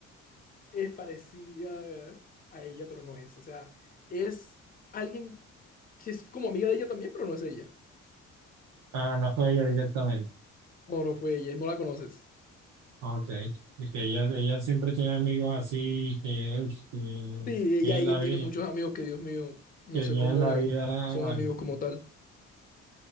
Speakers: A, on the left; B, on the right.
A: es parecida a ella, pero no es. O sea, es alguien que es como amiga de ella también, pero no es ella.
B: Ah, no fue ella directamente.
A: O no fue ella, no la conoces.
B: Ok, porque ella, ella siempre tiene amigos así que, uy, que
A: Sí, ella,
B: tienen
A: ella
B: la vida,
A: tiene muchos amigos que, Dios mío, no
B: que
A: sé
B: tienen
A: cómo
B: la vida,
A: son
B: bueno,
A: amigos como tal.